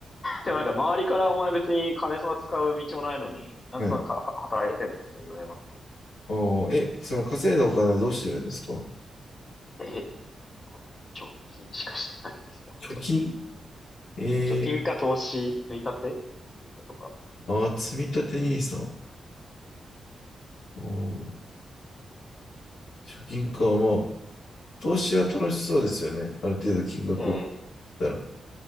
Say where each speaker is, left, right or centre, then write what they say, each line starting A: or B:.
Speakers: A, on the left; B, on the left.
A: でもなんか周りからお前別に金そんな使う道もないのに、なんでそんなかは働いてんのって言われますけど。
B: はい。おー、え、その稼いだお金はどうしてるんですか
A: え、なんか、貯金しかしてないですね、ほとんど。
B: 貯金えー、
A: 貯金か投資、積み立てとか。
B: あー、積み立て n i s おー、貯金か。まあ、投資は楽しそうですよね。ある程度金額を切っ
A: ええ
B: たら。